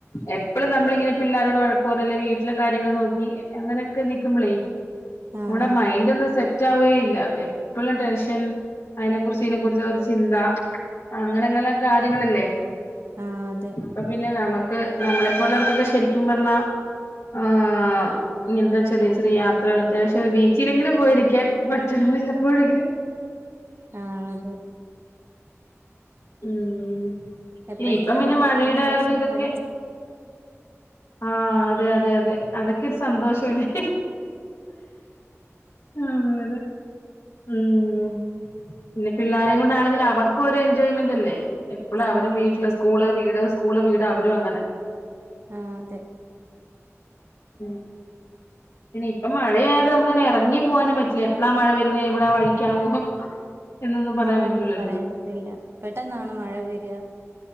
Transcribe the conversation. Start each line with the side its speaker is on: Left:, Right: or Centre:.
Left: എപ്പോഴും നമ്മളിങ്ങനെ പിള്ളോരോട് വഴക്കോറല്ലെ വീട്ടിലെ കാര്യങ്ങള് നോക്കി പിന്നെങ്ങനെയൊക്കെ നിക്കുമ്പളേ നമ്മടെ
Right: ആഹ്
Left: മൈൻഡ് ഒന്നും സെറ്റ് ആവേ ഇല്ല എപ്പോഴും ടെൻഷൻ അതിനെ കുറിച്ച് ഇതിനെക്കുറിച്ച് ചിന്ത അങ്ങനെ അങ്ങനെ കാര്യങ്ങളല്ലേ
Right: ആഹ് അതെ
Left: അപ്പൊ പിന്നെ നമുക്ക് നമ്മളെപ്പോലുള്ളവർക്കൊക്കെ ശരിക്കും പറഞ്ഞാ ആഹ് ഇങ്ങനത്തെ ചെറിയ ചെറിയ യാത്രകൾ അത്യാവശ്യം ഒരു ബീച്ചിലെങ്കിലും പോയിരിക്കാൻ പറ്റണം വല്ലപ്പോഴെങ്കിലും
Right: ആഹ് അതെ
Left: ഉം
Right: എപ്പഴെങ്കിലും
Left: ഇനി ഇപ്പം പിന്നെ
Right: ഒന്ന് പൊറത്ത്ന്ന്
Left: മഴയുടെ
Right: ഭക്ഷണം
Left: ആ ഒരു ഇതൊക്കെ
Right: കഴിച്ച്
Left: ആഹ് അതെ അതെ അതെ അതൊക്കെരു സന്തോഷംല്ലേ ആഹ് അതെ അതെ ഉം പിന്നെ പിള്ളാരെയും കൊണ്ടാണെങ്കിൽ അവർക്കും ഒരു എൻജോയ്മെന്റ് അല്ലേ എപ്പോഴ
Right: ആഹ്
Left: അവരും വീട്ടില് സ്കൂള് വീട് സ്കൂള് വീട് അവരും അങ്ങനെ
Right: ആഹ് അതെ
Left: ഉം പിന്നെ ഇപ്പ മഴയായണ്ട് നമുക്കങ്ങനെ ഇറങ്ങി പോകാനും പറ്റില്ല എപ്പോഴാ മഴ വരുന്നത് എവിടാ വഴിക്കാവോ <inaudible> എന്നൊന്നും പറയാൻ
Right: ആഹ്
Left: പറ്റൂലല്ലോ
Right: ഒന്നും പറയാൻ പറ്റില്ല പെട്ടെന്നാണ് മഴ വരുക